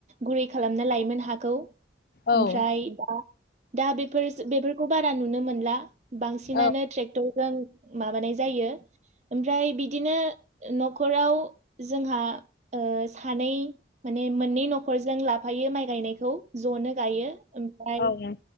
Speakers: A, on the right; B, on the left.
A: गुरै खालामना लायोमोन हाखौ। ओमफ्राय
B: औ
A: दा दा बेफोर बेफोर खौ बारा नुनो मोनला। बांसिनानो
B: औ
A: ट्रेक्टरजों माबानाय जायो ओमफ्राय बिदिनो न'खराव जोंहा ओ खानै मान मोननै न'खरजों लाब फायो माइ गायनायखौ जनो गायो ओमफ्राय
B: औ औ